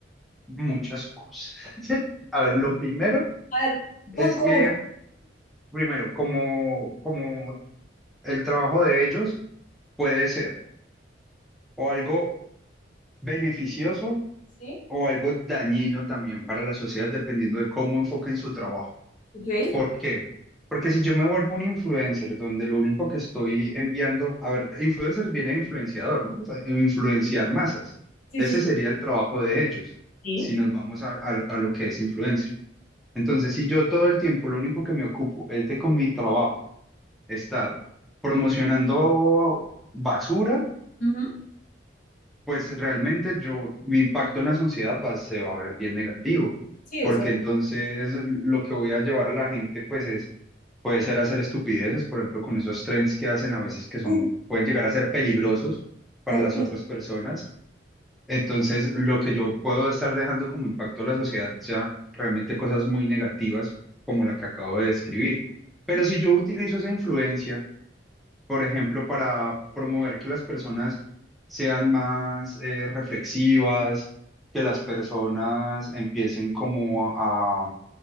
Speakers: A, in the centre; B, on the left.
A: muchas cosas. <laughs> A ver, lo primero
B: A ver,
A: es
B: punto
A: que,
B: uno.
A: primero, como, como el trabajo de ellos puede ser o algo beneficioso
B: Sí,
A: o algo dañino también para la sociedad, dependiendo de cómo enfoquen su trabajo.
B: ok.
A: ¿Por qué? Porque si yo me vuelvo un influencer donde lo único que estoy enviando, a ver, influencer viene de influenciador, ¿no? O sea, influenciar masas.
B: Sí,
A: Ese
B: sí, sí.
A: sería el trabajo de ellos,
B: Sí.
A: si nos vamos a, a- a lo que es influencer. Entonces, si yo todo el tiempo lo único que me ocupo es de con mi trabajo estar promocionando basura,
B: Ujú.
A: pues realmente yo, mi impacto en la sociedad va, se va a ver bien negativo,
B: Sí,
A: porque
B: o sea,
A: entonces lo que voy a llevar a la gente pues es, puede ser hacer estupideces, por ejemplo, con esos trends que hacen a veces que son,
B: uh,
A: pueden llegar a ser peligrosos para
B: horrible.
A: las otras personas. Entonces lo que yo puedo estar dejando como impacto a la sociedad ya realmente cosas muy negativas como la que acabo de describir. Pero
B: ¿no?
A: si yo utilizo esa influencia por ejemplo, para promover que las personas sean más eh, reflexivas, que las personas empiecen como a,